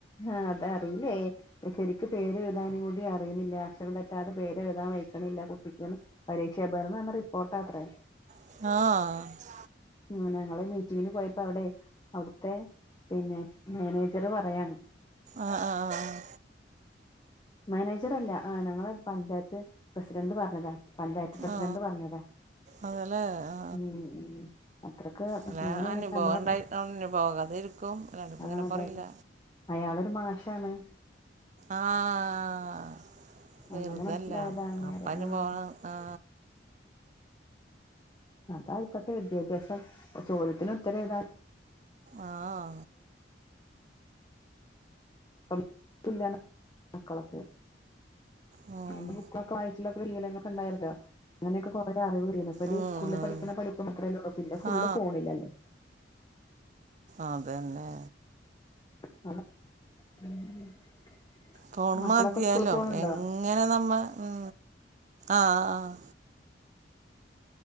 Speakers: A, on the left (about 25°); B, on the right (about 40°).
A: ആഹ അതറീല്ലേ ശരിക്കും പേര്ഴുതാനും കൂടി അറിയുന്നില്ല അക്ഷരം തെറ്റാതെ പേര്ഴുതാൻ വൈക്കണില്ല കുട്ടിക്കന്ന് പരീക്ഷാ ഭവനിൽ ന്ന് വന്ന റിപ്പോർട്ട് അത്രേ
B: ആഹ
A: ഉ ഞങ്ങള് മീറ്റിങ്ങിന് പോയപ്പോ അവിടെ അവിടുത്തെ പിന്നെ മാനേജറ് പറയാണ്
B: ആഹ ആ ആ ആ്
A: മാനേജർ അല്ല ആ ഞങ്ങള് പഞ്ചായത്ത് പ്രസിഡന്റ് പറഞ്ഞതാ പഞ്ചായത്ത് പ്രസിഡന്റ്
B: ആ
A: പറഞ്ഞതാ
B: അതല്ലേ ആ
A: ഉം അത്രക്ക്
B: അല്ല
A: അങ്ങനെ
B: അനുഭവണ്ടായി
A: നമ്മളെ
B: അനുഭവതെരിക്ക ക്കും അല്ലാണ്ട് ഇപ്പം
A: ആഹ്
B: ഇങ്ങനെ
A: അതെ
B: പറയില്ല
A: അതെ അയാളൊരു മാഷാണ്
B: ആഹ വെറുതല്ല
A: അങ്ങനെ മനസ്സിലായതാണെന്ന്
B: അപ്പം
A: പറയാ
B: അനുഭവാണ്
A: ആഹ്
B: ആ
A: അതാ ഇപ്പഴത്തെ വിദ്യാഭ്യാസം ചോദ്യത്തിന് ഉത്തരം എഴുതാൻ
B: ആ ആ
A: <inaudible> മക്കളൊക്കെ
B: ഉം.
A: അന്നേ ബുക്കൊക്കെ <inaudible> ഉണ്ടായിരുന്നോ അങ്ങനെയൊക്കെ കൊറെ അറിവ് കിട്ടിണ് ഇവർ
B: ഉം.
A: സ്കൂളിൽ പഠിക്കുന്ന പഠിപ്പ് മാത്രമേ ഉള്ളൂ പിന്നെ ഫുള്ള്
B: ആ
A: ഫോണില്ലല്ലേ
B: അതന്നെ
A: <unintelligible>
B: ഫോൺ
A: മക്കളൊക്കെ
B: മതില്ലോ
A: സ്കൂളിൽ പോണുണ്ടോ
B: എങ്ങനെ നമ്മ ഉ ആഹ് ആഹ്